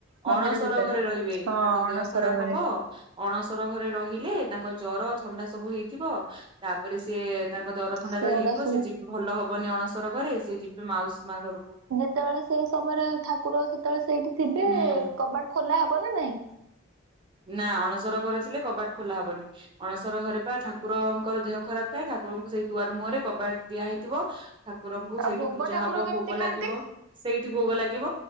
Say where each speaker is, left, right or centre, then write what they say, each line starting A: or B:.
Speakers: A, on the right; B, on the right.
A: ମନ୍ଦିର
B: ଅଣସର
A: ଭିତରେ
B: ଘରେ ରହିବେ
A: ହଁ
B: ତାଙ୍କ
A: ଅଣସର
B: ଦେହ ଖରାପ
A: ଘରେ
B: ହବ ଅଣସର ଘରେ ରହିଲେ ତାଙ୍କ ଜର ଥଣ୍ଡା ସବୁ ହେଇଥିବ। ତାପରେ ସିଏ ତାଙ୍କ ଥଣ୍ଡା ଯେତେ
A: ସେଗୁଡା
B: ବେଳେ ହେଇଥିବ
A: ସବୁ
B: ଭଲ ହବନି ଅଣସର ଘରେ ସେ ଯିବେ ମାଉସୀ ମା ଘରକୁ।
A: ସେତେବେଳେ ସେ ସମୟରେ ଠାକୁର ସେତେବେଳେ ସେଇଠି ଥିବେ
B: ହୁଁ
A: କବାଟ ଖୋଲା ହବ ନା ନାହିଁ?
B: ନା ଅଣସର ଘର ଥିଲେ କବାଟ ଖୋଲା ହବନି। ଅଣସର ଘରେ ପା ଠାକୁରଙ୍କର ଦେହ ଖରାପ ଥାଏ ଠାକୁରଙ୍କୁ ସେଇ ଦୁଆର ମୁହଁରେ କବାଟ ଦିଆହଇଥିବ ଠାକୁରଙ୍କୁ
A: ଆଉ
B: ସେଇଠି
A: ଭୋଗ
B: ପୂଜା
A: ଠାକୁର
B: ହବ
A: କେମିତି
B: ଭୋଗ
A: ଖାଆନ୍ତି?
B: ଲାଗିବ ସେଇଠି ଭୋଗ ଲାଗିବ